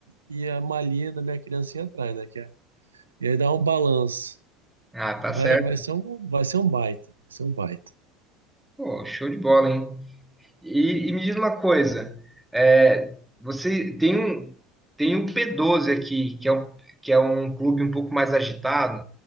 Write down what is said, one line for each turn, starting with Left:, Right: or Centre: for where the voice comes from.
Right: e a malinha da minha criancinha atrás, né? que é- e aí dá um balanço.
Centre: Ah, tá
Right: Vai,
Centre: certo.
Right: vai ser um, vai ser um baita, vai ser um baita.
Centre: Pô, show de bola, hein? E, e me diz uma coisa, é, você tem um tem o P12 aqui, que é um, que é um clube um pouco mais agitado.